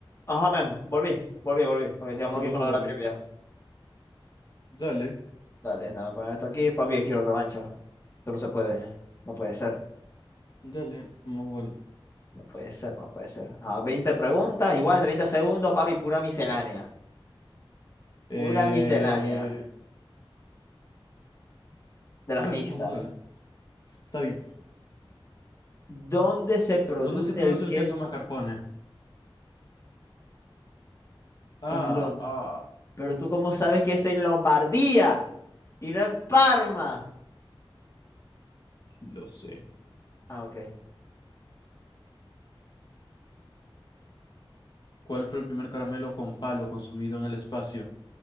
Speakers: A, on the left; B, on the left.
A: Ajá, men, volví, volví, volví, para que sigamos
B: ¿Qué
A: aquí
B: pasó,
A: con la de
B: papi?
A: la trivia.
B: Dale,
A: Dale, déjame poner esto aquí, papi, quiero revancha. Esto no se puede, no puede ser,
B: dale, vamos a jugar.
A: no puede ser, no puede ser. Ah, veinte preguntas, igual treinta segundos, papi, pura miscelánea.
B: Eh,
A: Una miscelánea de las
B: bueno,
A: mixtas.
B: vamos a darle. Está bien.
A: ¿Dónde se produce
B: ¿Dónde se produce
A: el queso
B: el queso mascarpone? Ah,
A: en Lom?
B: ah,
A: Pero tú cómo sabes que es en Lombardía y no en Parma.
B: lo sé.
A: Ah, ok.
B: ¿Cuál fue el primer caramelo con palo consumido en el espacio?